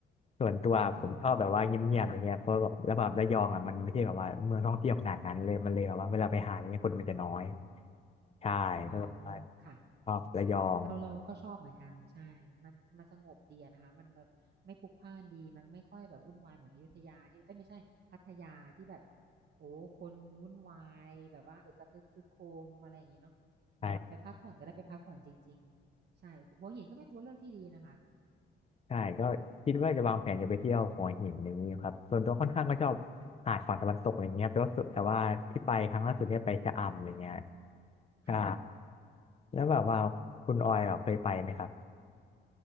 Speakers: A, on the left; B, on the right.
A: ส่วนตัวผมชอบแบบว่าเงียบๆอะไรเงี้ยเพราะแบบแล้วแบบระยองอ่ะมันไม่ใช่แบบว่าเมืองท่องเที่ยวขนาดนั้นเลยมันเลยแบบว่าเวลาไปหาอะไรเงี้ยคนมันจะน้อย
B: อ๋อค่ะ
A: ใช่ก็เลยว่า
B: อ๋อค่ะ
A: ชอบระยอง
B: เราเราก็ชอบเหมือนกันใช่มันมันสงบดีอะนะคะมันแบบไม่พลุกพล่านดี มันไม่ค่อยแบบวุ่นวายเหมือนอยุธยาที่เอ้ยไม่ใช่พัทยาที่แบบโอ้คนวุ่นวายแบบว่าเออกระทึกครึกโครมอะไรอย่างงี้เนาะมันไปพักผ่อนก็ได้ไปพักผ่อนจริงๆใช่หัวหินก็เป็นตัวเลือกที่ดีนะคะ
A: ใช่ใช่ก็คิดว่าจะวางแผนจะไปเที่ยวหัวหินอย่างนี้ครับส่วนตัวค่อนข้างก็ชอบหาดฝั่งตะวันตกอะไรเงี้ยครับแต่ว่าแต่ว่าที่ไปครั้งล่าสุดเนี่ยไปชะอำอะไรเงี้ยใช่
B: ค่ะ
A: แล้วแบบว่าคุณออยแบบเคยไปไหมครับ